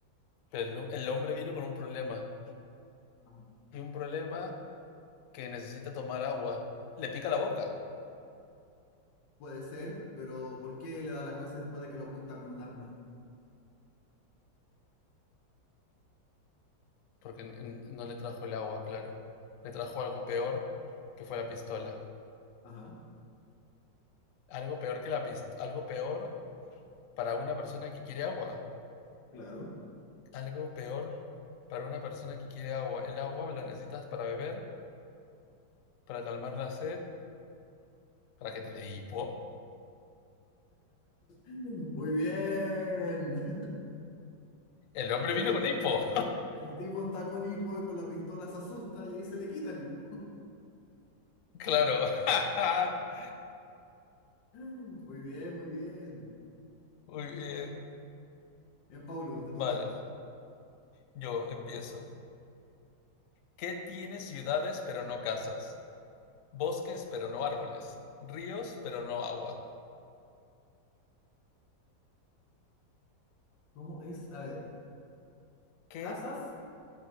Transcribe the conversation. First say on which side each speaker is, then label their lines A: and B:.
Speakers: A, on the left; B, on the left.
A: pero el, el hombre vino con un problema,
B: Ajá,
A: y un problema que necesita tomar agua. Le pica la boca,
B: Puede ser, pero ¿por qué le da las gracias después de que lo apunta con un arma?
A: porque no le trajo el agua, claro. Le trajo algo peor, que fue la pistola.
B: Ajá,
A: Algo peor que la pistola, algo peor para una persona que quiere agua.
B: claro.
A: Algo peor para una persona que quiere agua. El agua la necesitas para beber, para calmar la sed, para que te dé hipo.
B: <laughs> Muy bien.
A: El
B: <laughs>
A: hombre
B: Por
A: vino
B: ahí
A: con
B: va.
A: hipo.
B: El tipo está con hipo y con la pistola se asusta y ahí se le quita el hipo.
A: <laughs> claro. <laughs>
B: <laughs> Muy bien, muy bien.
A: Muy bien.
B: Bien, Paulo, te toca.
A: Vale, yo empiezo. ¿Qué tiene ciudades pero no casas? Bosques pero no árboles. Ríos pero no agua.
B: ¿Cómo es? A ver,
A: ¿Qué
B: casas,